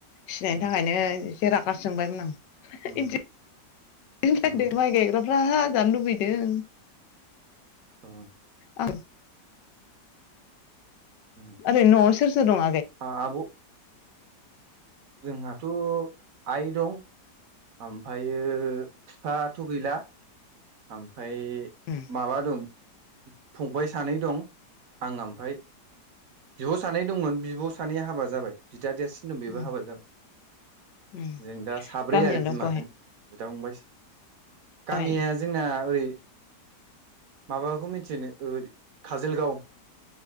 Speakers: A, on the left; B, on the right.
A: सिनायनि
B: उम
A: थाखायनो एसे रागासो जोंबायमोन आं
B: उम
A: इदों
B: उम
A: माइ गायग्राफ्रा हाजानो लुगैदों
B: औ
A: औ
B: उम
A: ओरैनो नआव सोर सोर दं आगै
B: आ आब' जोंहाथ आइ दं ओमफ्रायो फिफाथ गैला ओमफाय
A: उम
B: माबा दं फंबाय सानै दं आं ओमफाय बिब' सानै दंमोन बिब सानैया हाबा जाबाय बिदा देरसिन दं बेबो
A: उम
B: हाबा जाबाय
A: उम
B: जों दा साब्रै
A: गामियालाय
B: आरो बिमाजों
A: बहाय
B: बिदा फंबाय गामिया
A: बहाय
B: आ ओरै माबाखौ मिथियो नों ओरै खाजोलगाव?